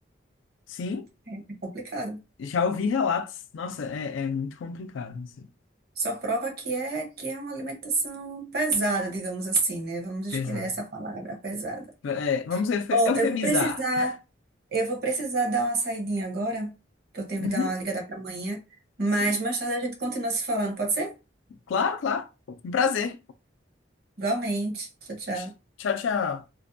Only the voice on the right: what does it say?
é é complicado.
Só prova que é que é uma alimentação pesada, digamos assim, né? Vamos escolher
essa palavra, pesada.
Ó,
eu vou precisar,
eu vou precisar dar uma saidinha agora, que eu tenho
que dar uma ligada para amanhã, mas
mais tarde a gente continua se falando, pode ser?
Igualmente. Tchau, tchau.